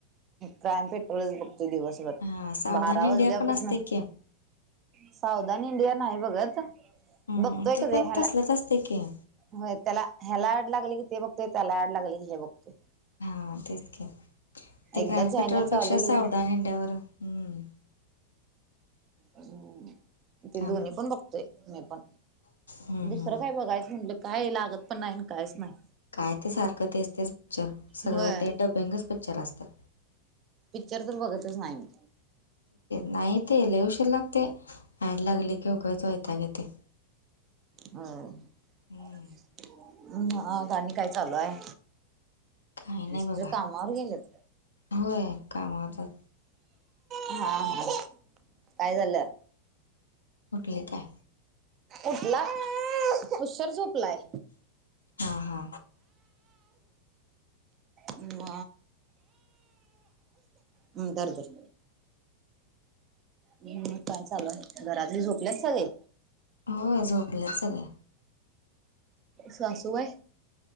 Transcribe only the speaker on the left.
हा सावधान
इंडिया
पण
असते की
हम्म
ते
पण
तसलंच असते की
हां तेच की. ते
क्राईम
पेट्रोल
पेक्षा
सावधान इंडिया वर, हम्म.
थांब
हं,
हं.
काय ते सारखं तेच तेच पिक्चर, सगळं
ते डब्बिंगच पीक्चर असत्यात.
नाही ते लय उशीर लागतय, <unintelligible> एड लागली की उगच वैताग येतय.
हं.
काही नाही
बघा.
होय कामावर जात
ऊठली काय?
हा हा
होय झोपलेत सगळे.